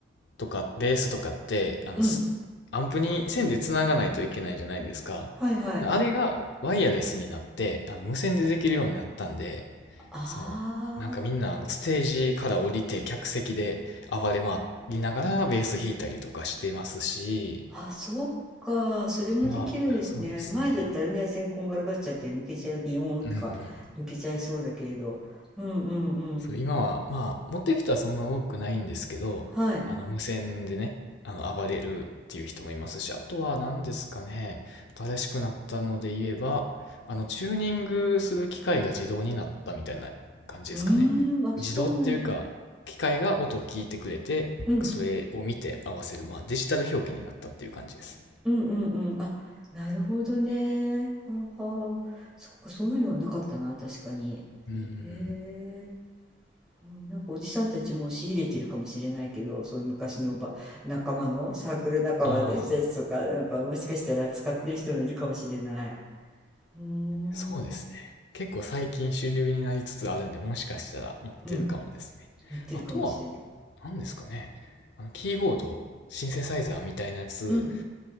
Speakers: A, on the left; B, in the centre.
A: とかベースとかって、あの、
B: うん
A: すアンプに線でつながないといけないじゃないですか。
B: はいはい
A: であれがワイヤレスになって、あの、無線でできるようになったんで、
B: あー
A: そう。なんかみんなあのステージから降りて客席で暴れ回りながらベース弾いたりとかしてますし、
B: あそうかそれもできるんですね前だったらね線こんがらがっちゃって抜けちゃうビヨーンとか抜けちゃいそうだけれどうんうんうん
A: まあ、そうですね。うんうん。そう、今は、まあ、持ってる人はそんな多くないんですけど、
B: はい。
A: あの、無線でね、あの、暴れるっていう人もいますし、あとは何ですかね、新しくなったので言えば、あの、チューニングする機械が自動になったみたいな感じですかね。
B: うーん、あ、そうなんだ。
A: 自動っていうか、機械が音を聞いてくれて、
B: うん。
A: なんかそれを見て合わせる、まあ、デジタル表記になったっていう感じです。
B: うんうんうん。あ、なるほどね。はあはあ。そっか、そういうのはなかったな、確かに。
A: うんうんうん。
B: へえ。うん、なんかおじさんたちもう仕入れてるかもしれないけど、その昔のば仲間の、サークル仲間の人たちとか、
A: ああ、
B: なんかもしかしたら使ってる人もいるかもしれない。うーん。
A: そうですね。結構最近主流になりつつあるんで、もしかしたら持ってるかもですね。
B: うん、持ってるかもしれない。
A: あとは、なんですかね。あの、キーボード、シンセサイザーみたいなやつ
B: うん。